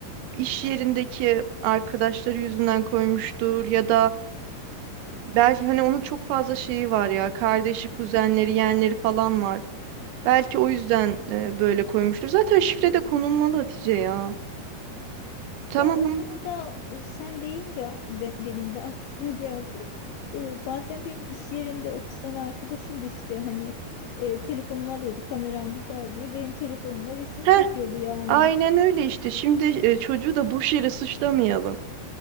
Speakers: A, on the right; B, on the left.
A: iş yerindeki arkadaşları yüzünden koymuştur ya da belki hani onun çok fazla şeyi var ya kardeşi, kuzenleri, yeğenleri falan var. Belki o yüzden e, böyle koymuştur. Zaten şifre de konulmalı Hatice ya. Tamam.
B: Ya o
A: ama-
B: konuda e, sen deyince be- benim de <laughs> aklıma geldi. Ee, bazen benim iş yerinde ofisten arkadaşım da işte hani e, telefonumu alıyordu kameran güzel diye benim telefonumla resim
A: Heh,
B: çekiyordu yani.
A: aynen öyle işte. Şimdi e, çocuğu da boş yere suçlamayalım.